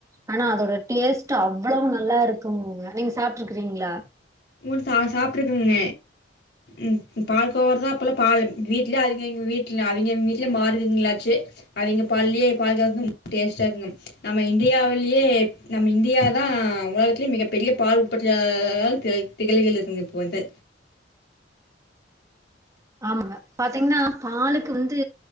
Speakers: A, on the right (about 20°); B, on the left (about 60°).
A: ஆனா அதோட டேஸ்ட்டு அவ்வளவு நல்லா இருக்குங்க நீங் சாப்ட்டுருக்குறீங்களா
B: உ ச சாப்ட்ருக்குங்க ம் பால் கோவர தா அப்போல பால் வீட்ல அவுங்க அவிங் வீட்ல அவிங்க அவிங்க வீட்லேயே மாடுருங்களாச்சி அவிங்க பால்லியே பால்கோவா டேஸ்ட்டா இருக்குங்க நம்ம இந்தியாவிலியே நம்ம இந்தியா தா உலகத்திலே மிகப்பெரிய பால் உற்பத்தியா <inaudible> ள் த்து கிளைகள் இருக்குங்க இப்போ வந்து
A: ஆமாங்க பாத்தீங்ன்னா பாலுக்கு வந்து